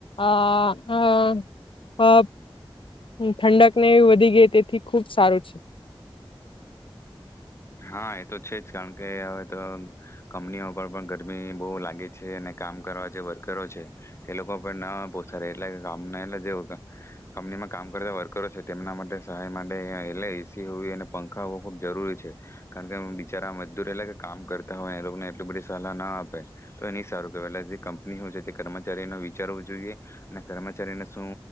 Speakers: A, on the left; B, on the left.
A: આ આ અ અ <unintelligible> ઠંડક ને વધી ગઈ તેથી ખૂબ સારું છે
B: હા એ તો છે જ કારણ કે હવે તો કંપનીઓ પણ પણ ગરમી બહુ લાગે છે અને કામ કરવા જે વર્કરો છે એ લોકો પણ ન પોસડ એટલે કે કામના એટલા જે કંપનીમાં કામ કરતા વર્કરો છે તેમના માટે સહાય માટે એટલે એસી હોવી અને પંખા હોવું ખૂબ જરૂરી છે કારણ કે બિચારા મજદૂર એટલે કામ કરતા હોય એ લોકોને એટલી બધી સલાહ ના આપે તો એ ન સારું કેવાય એટલે જે કંપની હોય છે જે કર્મચારીને વિચારવું જોઈએ અને કર્મચારીને શું